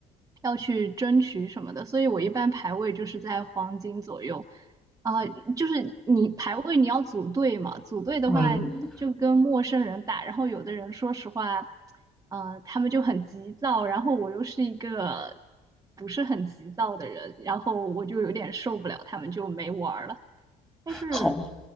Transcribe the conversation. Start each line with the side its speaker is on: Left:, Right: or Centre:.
Right: 要去争取什么的，所以我一般排位就是在黄金左右。啊、就是你排位你要组队嘛，组队的话就跟陌生人打，
Centre: 嗯，
Right: 然后有的人说实话，呃，他们就很急躁，然后我又是一个不是很急躁的人，然后我就有点受不了，他们就没玩儿了。但是
Centre: 好吧，